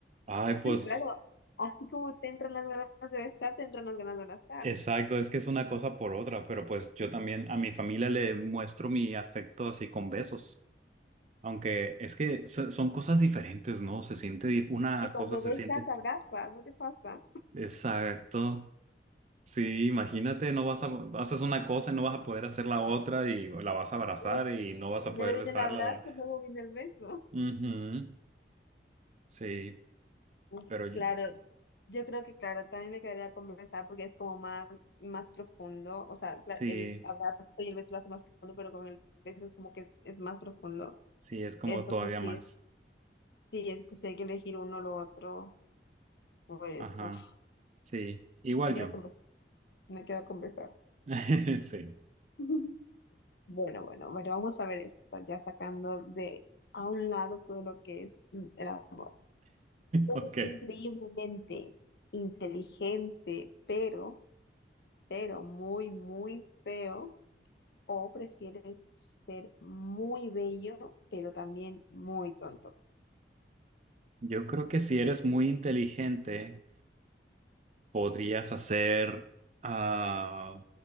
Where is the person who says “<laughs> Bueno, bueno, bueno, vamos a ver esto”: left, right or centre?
Left